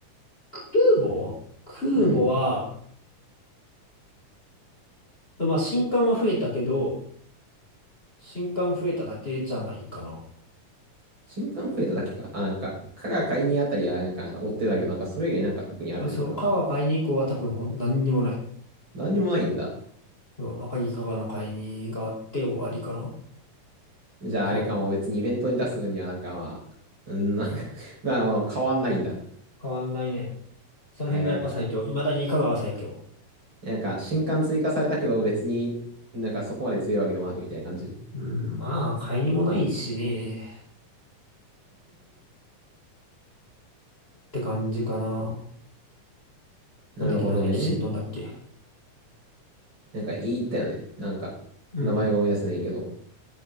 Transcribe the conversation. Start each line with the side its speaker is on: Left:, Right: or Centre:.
Left: 空母空母は、
Right: うん。
Left: まあ、新刊は増えたけど、新刊増えただけじゃないかな。
Right: 新刊増えただけか。あ、なんか、加賀買いにあたりはなんか追ってたけど、なんかそれ以外なんか特にある。
Left: そう、
Right: なんか、
Left: 川が買いに行こうは多分ほん何にもない。
Right: 何にもないんだ。
Left: そう、赤城香川の会にがあって終わりかな。
Right: じゃああれかも別にイベントに出す分にはなんかまあ、
Left: そう、
Right: うん、なんか <laughs> まあまあ変わんないんだ。
Left: 変わんないね。その辺がやっぱ最強。
Right: へ
Left: 未だに香川最強。
Right: え。なんか新刊追加されたけど別になんかそこまで強いわけでもなくみたいな感じ。
Left: うん、まあ、買いにもないしね。って感じかな。
Right: なるほどね。
Left: なんだっけな、レキシントンだっけ。
Right: なんか言ったよね。なんか、
Left: うん。
Right: 名前が思い出せないけど。